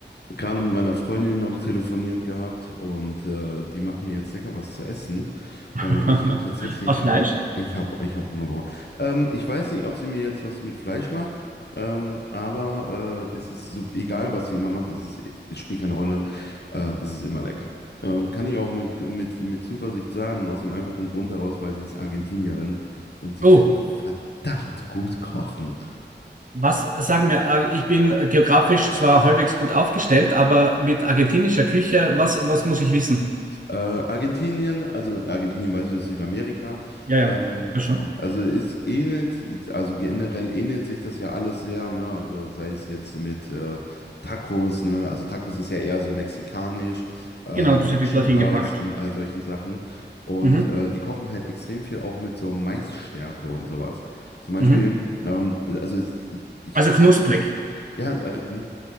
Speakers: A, on the left (about 65°); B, on the right (about 45°).
A: Gerade mit meiner Freundin noch telefoniert gehabt und äh, die macht mir jetzt lecker was zu essen,
B: <laughs>
A: weil ich habe tatsächlich
B: Aus Fleisch.
A: auch, ich habe ich habe Hunger bekommen. Ähm, ich weiß nicht, ob sie mir jetzt was mit Fleisch macht, ähm, aber äh, es ist so, egal, was sie immer macht, es ist, es spielt keine Rolle, äh, es ist immer lecker. Ähm, kann ich auch mit, mit, mit Zuversicht sagen, aus dem einfachen Grund heraus, weil sie ist Argentinierin und sie
B: Oh,
A: kann verdammt gut kochen.
B: was sagen wir? äh, Ich bin geografisch zwar halbwegs gut aufgestellt, aber mit argentinischer Küche, was, was muss ich wissen?
A: Äh, Argentinien, also Argentinien weißt du, ist Südamerika.
B: Ja, ja,
A: Ähm,
B: ja schon.
A: also es ähnelt, also generell ähnelt sich das ja alles sehr, ne? Also sei es jetzt mit äh, Tacos, ne? Also Tacos ist ja eher so mexikanisch, äh,
B: Genau,
A: mit
B: das hätte
A: Chipas
B: ich dorthin gepackt.
A: und all solchen Sachen. Und
B: Mhm,
A: äh, die kochen halt extrem viel auch mit so Maisstärke und sowas. Zum Beispiel,
B: mhm.
A: ähm, also es, ich
B: Also
A: weiß
B: knusprig.
A: jetzt nicht, ja, äh,